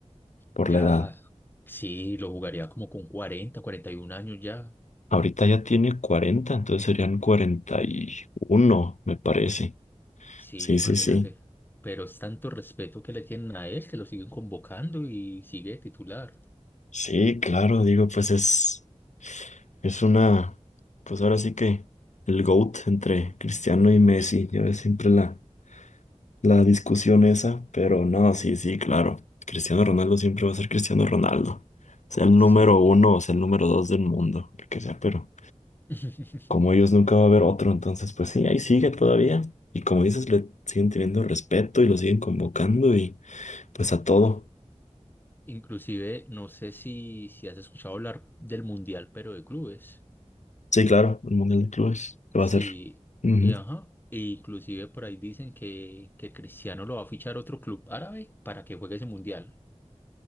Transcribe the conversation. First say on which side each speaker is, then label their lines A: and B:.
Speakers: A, on the left; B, on the left.
A: por
B: Ya,
A: la edad.
B: sí, lo jugaría como con cuarenta, cuarenta y 41 años ya.
A: Ahorita ya tiene cuarenta entonces serían cuarenta y uno me parece.
B: Sí,
A: Sí,
B: imagínate.
A: sí, sí.
B: Pero es tanto respeto que le tienen a él que lo siguen convocando y sigue titular.
A: Sí, claro, digo, pues es, es una, pues ahora sí que el GOAT entre Cristiano y Messi, ya ves siempre la la discusión esa, pero no, sí, sí, claro. Cristiano Ronaldo siempre va a ser Cristiano Ronaldo. Sea el número
B: Sí.
A: uno o sea el número dos del mundo, el que sea, pero
B: <laughs>
A: como ellos nunca va a haber otro, entonces pues sí, ahí sigue todavía. Y como dices, le siguen teniendo respeto y lo siguen convocando y pues a todo.
B: Inclusive, no sé si, si has escuchado hablar del Mundial, pero de clubes.
A: Sí, claro, el Mundial de Clubes, que va
B: Sí,
A: a ser? Ujú.
B: y ajá. e inclusive por ahí dicen que, que Cristiano lo va a fichar otro club árabe para que juegue ese Mundial.